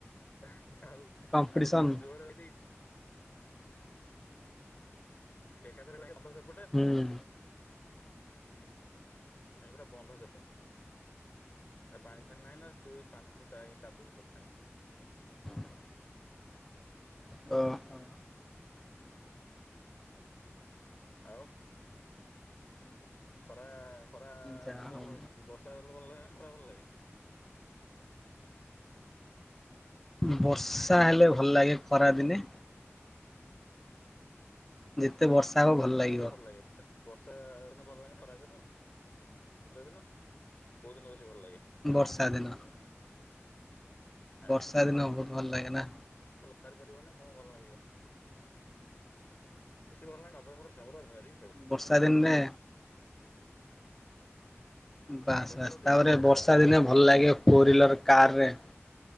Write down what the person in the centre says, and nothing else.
କମ୍ପିଟିସନ
ହୁଁ
ହ <inaudible> ହ ହ
ଯାହା
ହଉ
ବର୍ଷା ହେଲେ ଭଲ ଲାଗେ ଖରାଦିନେ। ଯେତେ ବର୍ଷା ହବ ଭଲ
ଲାଗିବ
ବର୍ଷା ଦିନ।
ବର୍ଷା ଦିନେ ବହୁତ ଭଲ ଲାଗେ ନା
ବର୍ଷା ଦିନରେ ବାସ
ରାସ୍ତା
ପରେ
ବର୍ଷା
ଦିନେ ଭଲ ଲାଗେ ଫୋର୍ ହିଲର କାରରେ